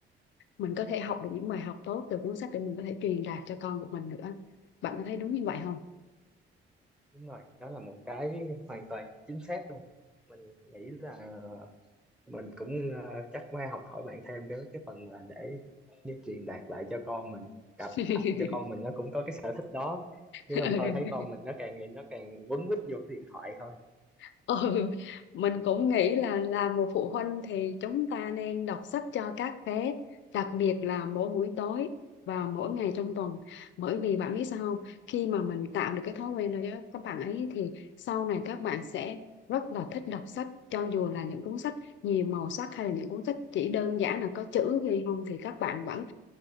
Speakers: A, on the left (about 70°); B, in the centre.
A: mình có thể học được những bài học tốt từ cuốn sách để mình có thể truyền đạt cho con của mình nữa bạn có thấy đúng như vậy không
B: đúng rồi đó là một cái hoàn toàn chính xác luôn mình nghĩ là mình cũng ờ, chắc phải học hỏi bạn thêm cái cái phần mà để để truyền đạt lại cho con mình cặp
A: <laughs>
B: cặp cho con mình nó cũng có cái sở thích đó chứ
A: Ừ.
B: không thôi thấy con mình nó càng ngày nó càng quấn quýt vô cái điện thoại thôi
A: <laughs> Ừ, mình cũng nghĩ là là một phụ huynh thì chúng ta nên đọc sách cho các bé, đặc biệt là mỗi buổi tối và mỗi ngày trong tuần. Bởi vì bạn biết sao không? Khi mà mình tạo được cái thói quen đó cho các bạn ấy thì sau này các bạn sẽ rất là thích đọc sách cho dù là những cuốn sách nhiều màu sắc hay là những cuốn sách chỉ đơn giản là có chữ ghi không thì các bạn vẫn